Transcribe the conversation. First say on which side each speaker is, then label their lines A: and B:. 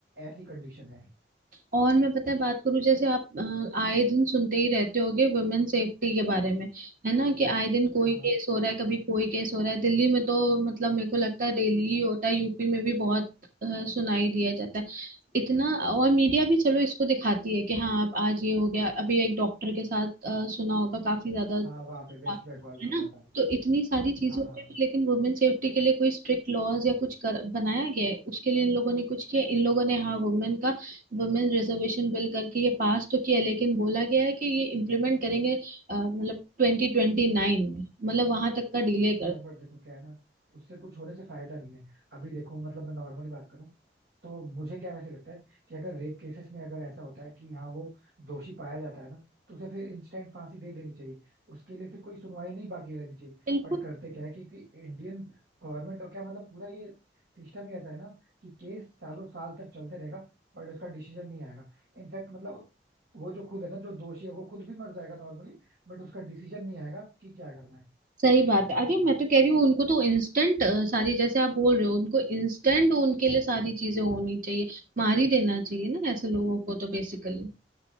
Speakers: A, on the right; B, on the right.
A: ऐसी कंडीशन है
B: और मैं पता है बात करूं जैसे आप अ, आए दिन सुनते ही रहते होगे वुमेन सेफ्टी के बारे में है ना कि आए दिन
A: हाँ
B: कोई केस हो रहा है कभी कोई केस हो रहा है दिल्ली में तो मतलब मेरे को लगता है डेली ही होता है यूपी में भी बहुत अ, सुनाई दिया जाता है इतना और मीडिया भी चलो इसको दिखाती है कि हाँ अब आज ये हो गया अभी एक डॉक्टर के साथ अ, सुना होगा काफी ज्यादा था,
A: हाँ वहां पे वेस्ट बंगाल
B: है
A: में हुआ
B: ना
A: था
B: तो इतनी सारी चीजें
A: हाँ
B: होती
A: हाँ
B: है लेकिन वुमेन सेफ्टी के लिए कोई स्ट्रिक्ट लॉज या कुछ कर, बनाया गया है उसके लिए इन लोगों ने कुछ किया इन लोगों ने हाँ वुमेन का वुमेन रिजर्वेशन बिल करके ये पास तो किया लेकिन बोला गया है कि ये इम्प्लीमेंट करेंगे अ, मतलब ट्वेंटी ट्वेंटी नाइन में मतलब वहां तक का डिले
A: यार
B: कर
A: बट देखो क्या है ना उससे कुछ होने से फायदा नहीं है अभी देखो मतलब मैं नॉर्मली बात करूं तो मुझे क्या वैसे लगता है कि अगर रेप केसेस में अगर ऐसा होता है कि हाँ वो दोषी पाया जाता है ना तो उसे फिर इंस्टेंट फांसी दे देनी चाहिए उसके लिए फिर कोई सुनवाई नहीं बाकी रहनी चाहिए
B: बिल्कुल
A: बट करते क्या है कि, कि इंडियन गवर्नमेंट और क्या मतलब पूरा ये सिस्टम ही ऐसा है ना कि केस सालों साल तक चलते रहेगा बट उसका डिसीजन नहीं आएगा इनफैक्ट मतलब वो जो खुद है ना जो दोषी है वो खुद भी मर जाएगा नॉर्मली बट उसका डिसीजन नहीं आएगा कि क्या करना है
B: सही बात है अरे मैं तो कह रही हूँ उनको तो इंस्टेंट सारी जैसे आप बोल रहे हो उनको इंस्टेंट उनके लिए सारी चीजें होनी चाहिए मार ही देना चाहिए ना ऐसे लोगों को तो बेसिकली